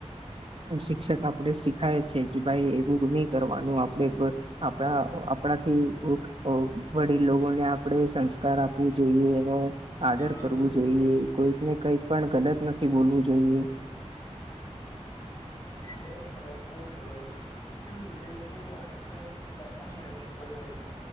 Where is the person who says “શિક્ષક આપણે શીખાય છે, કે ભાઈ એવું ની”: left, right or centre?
Right